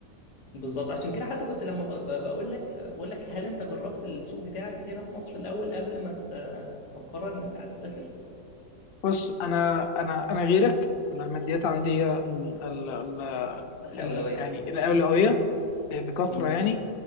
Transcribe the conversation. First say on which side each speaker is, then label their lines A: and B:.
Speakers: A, on the left; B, on the left.
A: بالظبط عشان كده حتى كنت لما ب- ب- بقول لك بقول لك هل انت جربت السوق بتاعك هنا في مصر الاول قبل ما ت- ما تقرر ان انت عايز تسافر
B: بص انا انا انا غيرك انا الماديات عندي هي ال ال
A: الاولوية
B: ال يعني الاولويه بكثره
A: امم
B: يعني